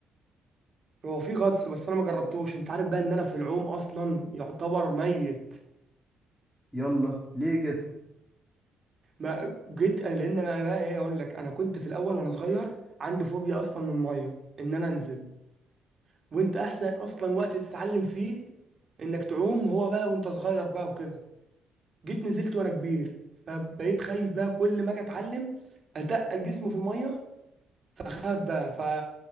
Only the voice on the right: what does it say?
هو في غطس بس انا ما جربتوش انت عارف بقى ان انا في العوم اصلا يعتبر ميت
ما جيت لان انا بقى ايه اقول لك انا كنت في الاول وانا صغير عندي فوبيا اصلا من الميه ان انا انزل وانت احسن اصلا وقت تتعلم فيه انك تعوم هو بقى وانت صغير بقى وكده جيت نزلت وانا كبير فبقيت خايف بقى كل ما اجي اتعلم اتقل جسمي في الميه فاخاف بقى ف